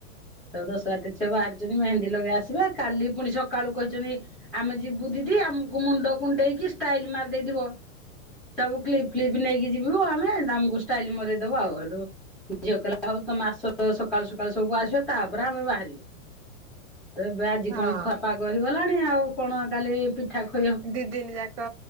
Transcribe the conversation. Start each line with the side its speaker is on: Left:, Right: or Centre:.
Centre: ଦଶ ବାରଟା ଛୁଆ ବାହାରିଛନ୍ତି ମେହେନ୍ଦୀ ଲଗେଇ ଆସିବେ କାଲି ପୁଣି ସକାଳୁ କହିଛନ୍ତି। ଆମେ ଯିବୁ ଦିଦି ଆମକୁ ମୁଣ୍ଡ କୁଣ୍ଡେଇକି ଷ୍ଟାଇଲ ମାରି ଦେଇଥିବ। ସବୁ କ୍ଲିପ ଫ୍ଲିପ୍ ନେଇକି ଯିବୁ ଆମେ ତମକୁ ଷ୍ଟାଇଲ ମରେଇଦବୁ ଆଉ ଆଡୁ। ଝିଅ କହିଲା ହଉ ତମେ ଆସ। ସକାଳୁ ସକାଳୁ ସବୁ ଆସିବ ତାପରେ ଆମେ ବାହାରିବୁ ତ ଏବେ ଆଜି
Right: ହଁ
Centre: କଣ ଖପ ପାଗ କହିହିଗଲାଣି ଆଉ କଣ କାଲି ପିଠା ଖୁ
Right: ଦି ଦିନ ଯାକ